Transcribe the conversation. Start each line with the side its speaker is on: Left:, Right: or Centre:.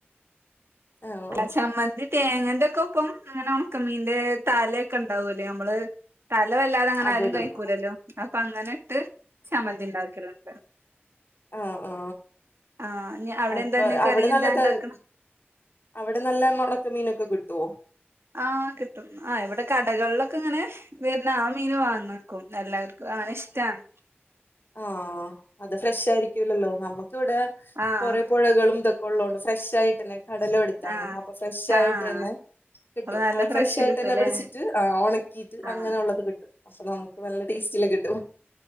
Left: ആഹ്
Right: നല്ല ചമ്മന്തി തേങ്ങന്റെ ഒക്കോപ്പം അങ്ങനെ ഉണക്ക മീന്റെ. തലയൊക്കെ ഉണ്ടാവൂലേ നമ്മള് തല വല്ലാതെ അങ്ങനെ
Left: അതിടും
Right: ആരും കഴിക്കൂലല്ലോ അപ്പ അങ്ങനെ. ത് സമ്മന്തി ഇണ്ടാക്കലുണ്ട്.
Left: ആ ആ
Right: ആഹ് അവിടെ
Left: അപ്പൊ
Right: എന്താ കറി
Left: അവിടെ നല്ലതര്.
Right: എന്താ ഉണ്ടാക്കണെ
Left: അവിടെ നല്ല മുണക് മീനൊക്കെ കിട്ടോ.
Right: ആഹ് കിട്ടും ആ് ഇവിടെ കടകളിലൊക്കെ ഇങ്ങനെ വരുന്ന ആ മീൻ വാങ്ങക്കും. ല്ലർവർക്ക് അങ്ങനെ ഇഷ്ട്ടാണ്.
Left: ആ അത് ഫ്രഷ് ആയിരിക്കൂല്ലല്ലോ നമുക്ക് ഇവിടെ
Right: ആഹ്
Left: കുറെ പുഴകളുംതക്കെ കൊള്ളണ്ട് ഫ്രഷ് ആയിട്ട് തന്നെ കടല എടുത്താണ്
Right: ആഹ്
Left: അപ്പൊ ഫ്രഷ്
Right: ആഹ്
Left: ആയിട്ട് തന്നെ കിട്ടും
Right: അപ്പൊ നല്ല
Left: അവര്
Right: ഫ്രഷ്
Left: ഫ്രഷ ആയിട്ട്
Right: കിട്ടുംല്ലേ
Left: തന്നെ പിടിച്ചിട്ട് ആ ഉണക്കിയിട്ട്
Right: ആഹ്
Left: അങ്ങനെയുള്ളള്ളത് കിട്ടും അപ്പൊ നമുക്ക് നല്ല ടേസ്റ്റ്ല് കിട്ടും